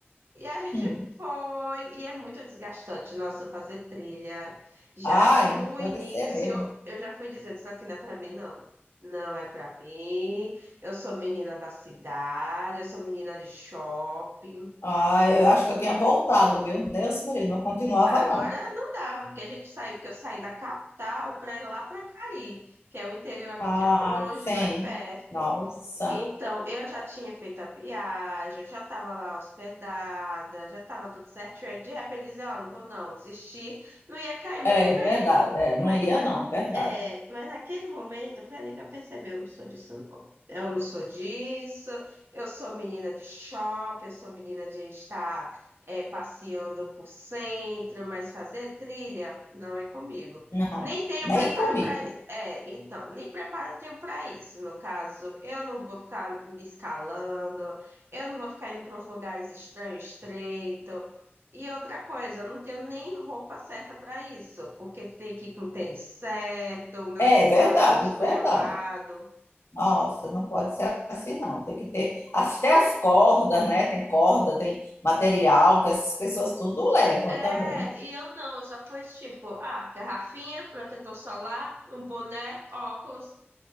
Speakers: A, on the right; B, on the left.
A: E a gente
B: Hum.
A: foi, e é muito desgastante, nossa, fazer trilha. Já
B: Ai,
A: no
B: deve
A: início,
B: ser mesmo.
A: eu já fui dizendo, isso aqui não é pra mim, não. Não é pra mim. Eu sou menina da cidade, eu sou menina de shopping.
B: Ai, eu acho que eu tinha voltado, viu? Deus me livre, não continuava,
A: Agora
B: não.
A: não dava, porque a gente saiu, porque eu saí da capital para ir lá para Cari, que é o interior aqui
B: Ah,
A: que é longe,
B: sim.
A: não é perto.
B: Nossa.
A: Então, eu já tinha feito a viagem, eu já estava lá hospedada, já estava tudo certo. Aí, de repente, dizer, ó, não vou não, desistir, não ia cair muito
B: É
A: bem.
B: verdade, é, não
A: Mas,
B: ia,
A: na,
B: não, verdade.
A: é, mas naquele momento, foi ali que eu percebi, eu não sou disso, não. Eu não sou disso, eu sou menina de shopping, eu sou menina de estar, é, passeando por centro, mas fazer trilha não é comigo.
B: Não,
A: Nem tenho
B: nem
A: preparo
B: comigo.
A: para É, então, nem preparo eu tenho para isso. No caso, eu não vou ficar me escalando, eu não vou ficar indo para uns lugares estranhos, estreito. E outra coisa, eu não tenho nem roupa certa para isso, porque tem que ir com o tênis certo, o meu
B: É
A: tênis
B: verdade,
A: estava todo esculhambado.
B: verdade. Nossa, não pode ser assim, não. Tem que ter até as cordas, né? Tem corda, tem material que essas pessoas tudo levam
A: É,
B: também.
A: e eu não, eu só fui tipo, ah, garrafinha, protetor solar, um boné, óculos,